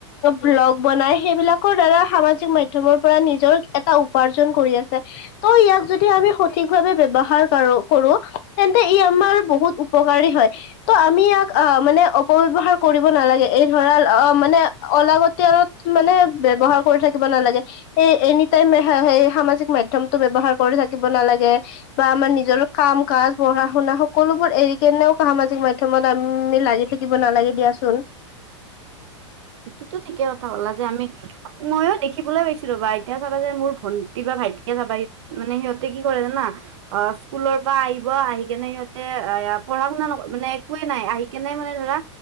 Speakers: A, on the left; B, on the right.
A: ব্লগ বনাই সেইবিলাকৰ দ্বাৰা সামাজিক মাধ্যমৰ পৰা নিজৰ এটা উপাৰ্জন কৰি আছে, ত' ইয়াক যদি তুমি সঠিক ভাবে ব্যৱহাৰ কা'ৰ কৰোঁ, তেন্তে ই আমাৰ বহুত উপকাৰী হয়, ত' আমি <unintelligible> ক আ মানে অপব্যৱহাৰ কৰিব নালাগে, এই ধৰা অ' মানে অলাগতিয়াল মানে ব্যৱহাৰ কৰি থাকিব নালাগে, এই এনি টাইম স-সামাজিক মাধ্যমতটো ব্যৱহাৰ কৰি থাকিব নালাগে, বা আমাৰ নিজৰ কাম কাজ পঢ়া শুনা সকলোবোৰ এৰি কেনেও সামাজিক মাধ্যম প্ৰথমত আমি লাগি থাকিব নালাগে দিয়াচোন।
B: সেইটোতো ঠিকে কথা ক'লা যে আমি ময়ো দেখিবলৈ পাইছো ৰ'বা, এতিয়া চাবা যে মোৰ ভন্টি বা ভাইটিকে চাবা মানে সিহঁতে কি কৰে অ' স্কুলৰ পৰা আহব, আহি কেনে সিহতে আয়া পঢ়া শুনা মানে একোৱে নাই। আহি কেনোই মানে ধৰা